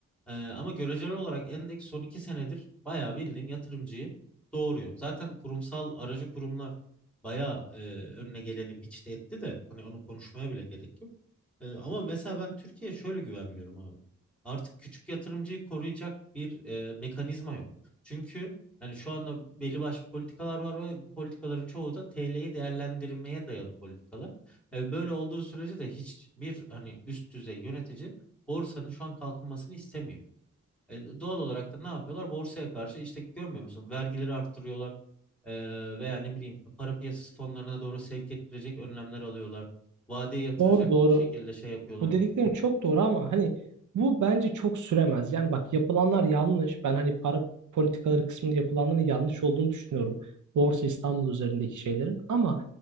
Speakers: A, in the centre; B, on the right.
A: Ee, ama göreceli olarak endeks son iki senedir bayağı bildiğin yatırımcıyı doğuruyor. Zaten kurumsal aracı kurumlar bayağı e, önüne geleni biçte etti de hani onu konuşmaya bile gerek yok. E, ama mesela ben Türkiye'ye şöyle güvenmiyorum abi. Artık küçük yatırımcıyı koruyacak bir e, mekanizma yok. Çünkü hani şu anda belli başlı politikalar var ve bu politikaların çoğu da TL'yi değerlendirmeye dayalı politikalar. E, böyle olduğu sürece de hiçbir hani üst düzey yönetici borsanın şu an kalkınmasını istemiyor. E, doğal olarak da ne yapıyorlar? Borsaya karşı işte görmüyor musun? Vergileri arttırıyorlar ee, veya ne bileyim para piyasası fonlarına doğru sevk ettirecek önlemler alıyorlar. Vadeye yatıracak
B: Doğru doğru.
A: şekilde şey yapıyorlar.
B: Bu dediklerin çok doğru ama hani bu bence çok süremez. Yani bak yapılanlar yanlış. Ben hani para politikaları kısmında yapılanların yanlış olduğunu düşünüyorum. Borsa İstanbul üzerindeki şeylerin. Ama